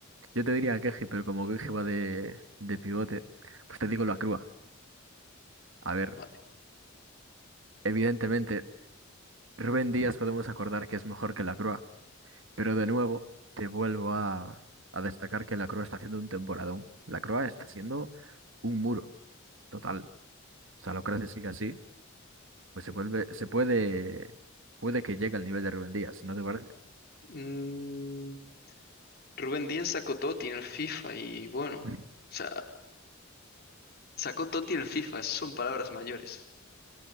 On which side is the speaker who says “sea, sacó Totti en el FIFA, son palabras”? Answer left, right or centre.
Left